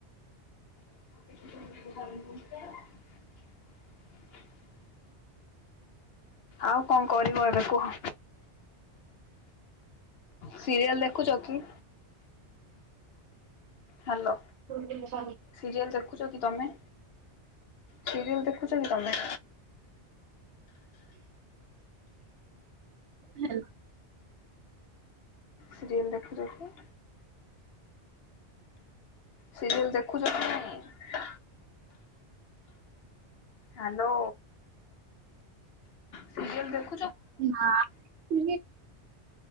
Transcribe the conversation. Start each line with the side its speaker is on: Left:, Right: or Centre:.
Left: <unintelligible> ଆଉ କଣ କରିବ ଏବେ କୁହ? ସିରିଏଲ ଦେଖୁଛ କି? ହ୍ୟାଲୋ
Right: ଜିନିଷ
Left: ସିରିଏଲ ଦେଖୁଚ କି ତମେ? ସିରିଏଲ ଦେଖୁଚ କି ତମେ?
Right: ହାଲୋ।
Left: ସିରିଏଲ ଦେଖୁଚ କି? ସିରିଏଲ ଦେଖୁଚ କି ନାହିଁ? ହାଲୋ। ସିରିଏଲ ଦେଖୁ
Right: ନାଁ <inaudible>